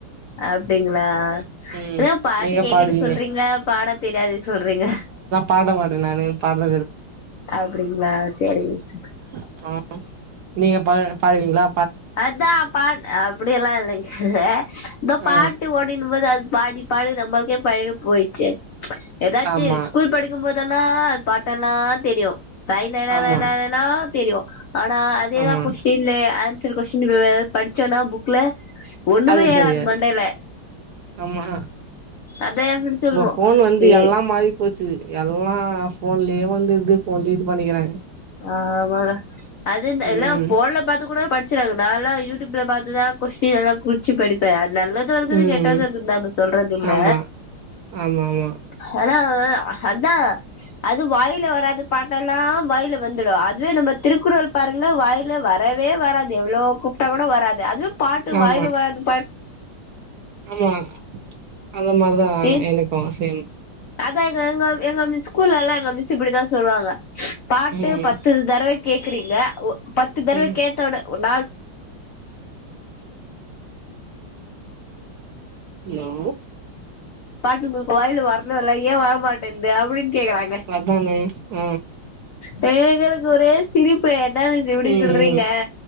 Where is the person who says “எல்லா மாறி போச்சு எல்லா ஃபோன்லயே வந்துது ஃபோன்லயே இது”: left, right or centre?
Right